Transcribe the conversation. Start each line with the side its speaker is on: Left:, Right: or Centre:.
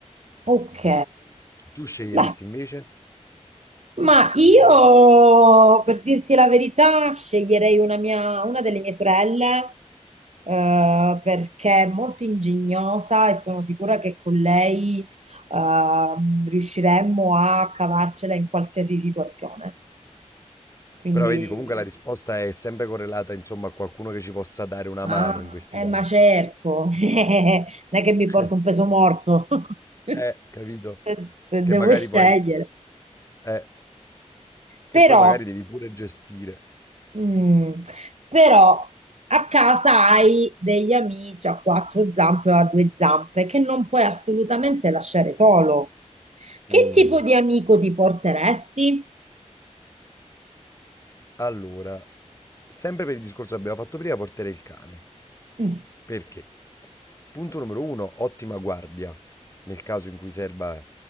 Right: Ok,
Left: Tu sceglieresti
Right: beh,
Left: invece?
Right: Ma io, per dirti la verità, sceglierei una mia- una delle mie sorelle, eh, perché è molto ingegnosa e sono sicura che con lei, ehm, riusciremmo a cavarcela in qualsiasi situazione. Quindi,
Left: Però vedi, comunque la risposta è sempre correlata, insomma, a qualcuno che ci possa dare una
Right: ah,
Left: mano in questi
Right: eh,
Left: casi.
Right: ma certo, <laughs> non è che mi
Left: <laughs>
Right: porto un peso morto, <laughs>
Left: Eh, capito?
Right: se se
Left: Che
Right: devo
Left: magari
Right: scegliere.
Left: poi, eh, che
Right: Però
Left: poi magari devi pure gestire.
Right: Mm, Però a casa hai degli amici a quattro zampe o a due zampe che non puoi assolutamente lasciare solo. Che
Left: Mm.
Right: tipo di amico ti porteresti?
Left: Allora, sempre per il discorso che abbiamo fatto prima, porterei il cane.
Right: Mm.
Left: Perché? Punto numero uno, ottima guardia, nel caso in cui serva.